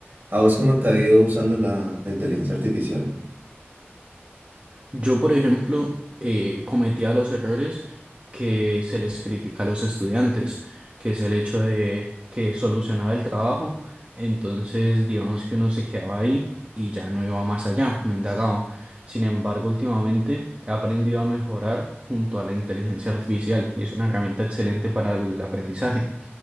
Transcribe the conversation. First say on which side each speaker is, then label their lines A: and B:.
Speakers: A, on the right; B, on the right.
A: ¿A vos cómo te ha ido usando la, la inteligencia artificial?
B: Yo, por ejemplo, eh, cometía los errores que se les critica a los estudiantes, que es el hecho de que solucionaba el trabajo, entonces digamos que uno se quedaba ahí y ya no iba más allá, no indagaba. Sin embargo, últimamente he aprendido a mejorar junto a la inteligencia artificial y es una herramienta excelente para el aprendizaje,